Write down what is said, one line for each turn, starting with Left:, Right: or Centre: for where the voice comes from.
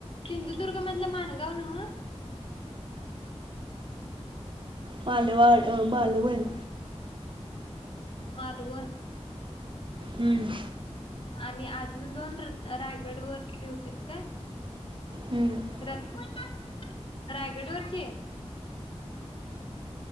Left: सिंधुदुर्ग मधलं मानगाव नाव
Right: बलवा अ बलवल
Left: मालभ
Right: हम्म
Left: आणि अजून दोन र रायगड वरची होती काय
Right: हम्म.
Left: रत्न रायगड वरचे